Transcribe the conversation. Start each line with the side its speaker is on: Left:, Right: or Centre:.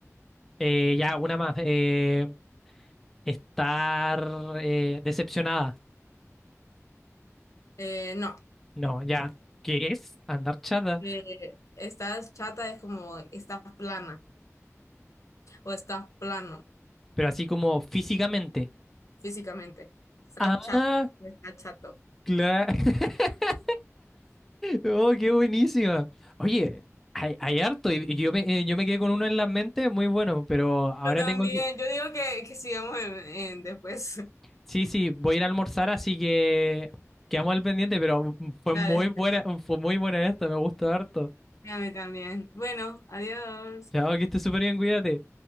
Centre: Eh, ya, una más. Eh, estar eh, decepcionada.
Left: Eh, no.
Centre: No, ya. ¿Qué es? Andar chata.
Left: Eh, estás chata es como estás plana o estás plano
Centre: Pero así como físicamente.
Left: físicamente. Estás
Centre: Ah,
Left: chata o estás chato.
Centre: claro. <laughs> Oh, qué buenísima. Oye, hay, hay harto. Y y yo me, eh, yo me quedé con uno en la mente muy bueno, pero ahora
Left: Yo también.
Centre: tengo que...
Left: Yo digo que, que sigamos en, en después. <laughs>
Centre: Sí, sí, voy a ir a almorzar, así que quedamos al pendiente, pero fue
Left: Dale,
Centre: muy buena,
Left: pues.
Centre: fue muy buena esta, me gustó harto.
Left: A mí también. Bueno, adiós.
Centre: Chao, que estés súper bien, cuídate.